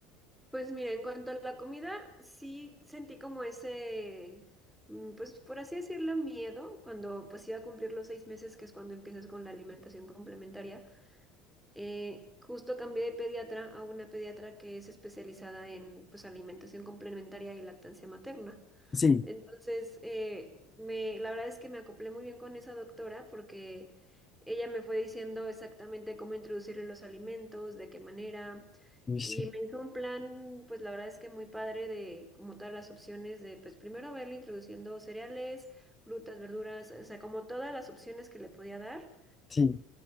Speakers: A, in the centre; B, on the left (about 20°).
A: Pues mira, en cuanto a la comida, sí sentí como ese, mm, pues por así decirlo, miedo cuando pues iba a cumplir los seis meses, que es cuando empiezas con la alimentación complementaria. Eh, justo cambié de pediatra a una pediatra que es especializada en pues alimentación complementaria y lactancia materna.
B: Sí,
A: Entonces, eh, me, la verdad es que me acoplé muy bien con esa doctora porque ella me fue diciendo exactamente cómo introducirle los alimentos, de qué manera,
B: uy,
A: y
B: sí,
A: me hizo un plan, pues la verdad es que muy padre de como todas las opciones de, pues primero verle introduciendo cereales, frutas, verduras, o sea, como todas las opciones que le podía dar.
B: sí.